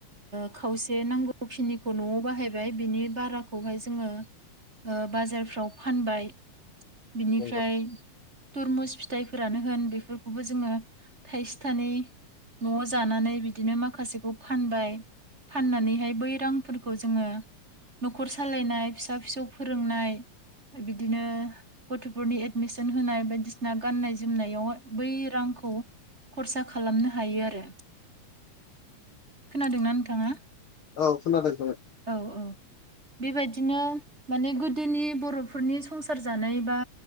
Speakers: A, on the right (about 25°); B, on the left (about 55°).
A: ओ खावसे नांगौखिनिखौ न'आव बाहायबाय बिनि बाराखौहाय जोङो बाजारफ्राव फानबाय, बिनिफ्राय
B: नंगौ
A: तुरमुस फिथाइफोरानो होन बेफोरखौबो जोङो थाइसे थाइनै न'आव जानानै बिदिनो माखासेखौ फानबाय। फाननानैहाय बै रांफोरखौ जोङो न'खर सालायनाय, फिसा फिसौ फोरोंनाय, बिदिनो गथ'फोरनि एडमिसन होनाय बायदिसिना गाननाय जोमनायाव बै रांखौ खरसा खालामनो हायो आरो, खोनादोंना नोंथाङा?
B: औ खोनादों।
A: औ औ। बेबायदिनो माने गोदोनि बर'फोरनि संसार जानाय बा